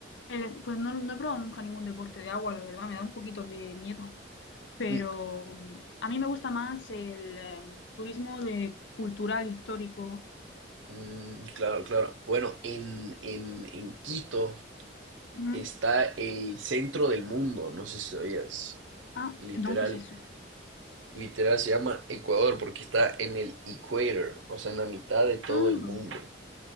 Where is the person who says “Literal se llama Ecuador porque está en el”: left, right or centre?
Right